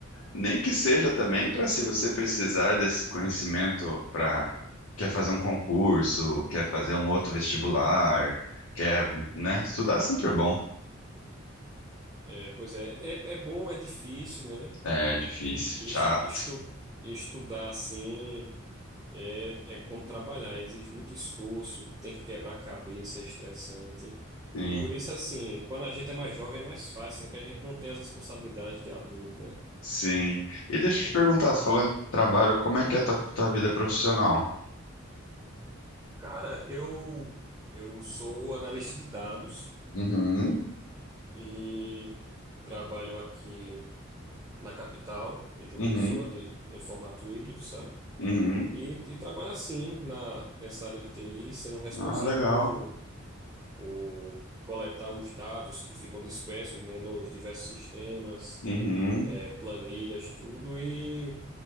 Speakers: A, on the left; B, on the right.
A: nem que seja também para se você precisar desse conhecimento para quer fazer um concurso, quer fazer um outro vestibular, quer, né? Estudar sempre é bom.
B: É, pois é, é, é bom, é difícil, né?
A: É difícil,
B: Es-
A: chato.
B: Estu, estudar assim é, é como trabalhar, exige muito esforço, tem que quebrar a cabeça, é estressante.
A: Sim,
B: Por isso, assim, quando a gente é mais jovem é mais fácil, né? Que a gente não tem as responsabilidades de adulto, né?
A: sim. E deixa
B: E,
A: eu te perguntar, falando de trabalho, como é que é a tua, tua vida profissional?
B: cara, eu, eu sou analista de dados.
A: Uhum,
B: e trabalho aqui na capital, em João
A: uhum.
B: Pessoa, de, em formato híbrido, sabe?
A: Uhum.
B: E, e trabalho assim, na, nessa área de TI, sendo responsável
A: Ah, legal.
B: por, por coletar os dados que ficam dispersos, né, nos diversos sistemas,
A: Uhum.
B: eh, planilhas, tudo, e